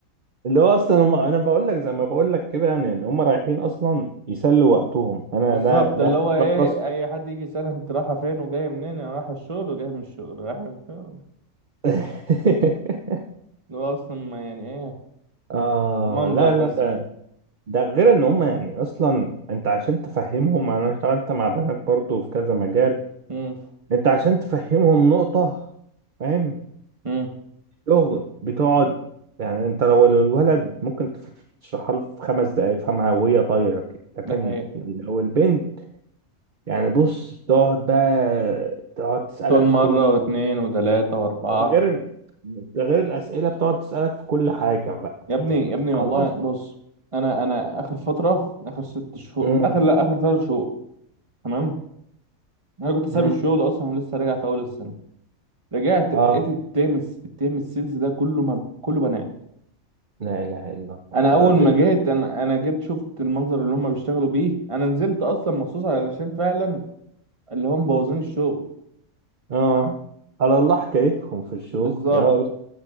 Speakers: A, on the right; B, on the right.
A: اللي هو اصلا هم انا بقول لك زي ما بقول لك كده يعني ان هم رايحين اصلا يسلوا وقتهم انا
B: بالظبط
A: ده ده
B: اللي هو ايه
A: ده خلاص
B: اي حد يجي يسألها انت رايحه فين وجايه منين انا رايحه الشغل وجايه من الشغل رايحه الشغل
A: <laughs>
B: اللي هو اصلا ما يعني ايه
A: اه
B: منظر
A: لا
B: بس
A: لا ده
B: كده
A: ده غير ان هم يعني اصلا انت عشان تفهمهم انا اشتغلت مع بنات برضو في كذا مجال
B: امم
A: انت عشان تفهمهم نقطة فاهم
B: امم
A: شغل بتقعد يعني انت لو الولد ممكن تف- تشرحها له في خمس دقايق يفهمها وهي طايرة كده لكن
B: ده حقيقي
A: لو البنت يعني بص تقعد بقى تقعد تسألك
B: تقول مرة
A: في كل
B: واتنين وتلاتة وأربعة
A: ده غير ال- ده غير الاسئله بتقعد تسالك في كل حاجه بقى
B: يا
A: يعني
B: ابني
A: طب
B: يا ابني
A: خلاص
B: والله بص أنا أنا آخر فترة آخر ست شهور
A: امم
B: آخر لأ آخر تلات شهور تمام أنا كنت ساب
A: امم
B: الشغل أصلا ولسه راجع في أول السنة رجعت
A: اه
B: لقيت التيم الس- التيم السيلز ده كله ما كله بنات
A: لا اله الا الله
B: أنا
A: ده
B: أول
A: الدنيا
B: ما جيت أنا أنا جيت شفت المنظر اللي هم بيشتغلوا بيه أنا نزلت أصلا مخصوص علشان فعلا اللي هم مبوظين الشغل
A: اه على الله حكايتهم في الشغل
B: بالظبط
A: يا